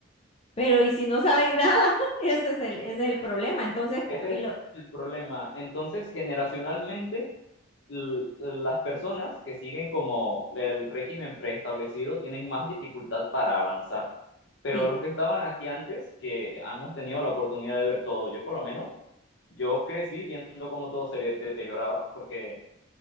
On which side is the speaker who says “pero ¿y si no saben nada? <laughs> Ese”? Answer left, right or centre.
Left